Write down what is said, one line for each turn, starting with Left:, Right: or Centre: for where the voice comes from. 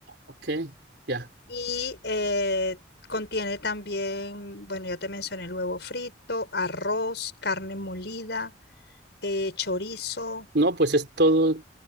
Right: Ok, ya.
Left: y eh, contiene también, bueno, ya te mencioné el huevo frito, arroz, carne molida, eh, chorizo,
Right: No, pues es todo,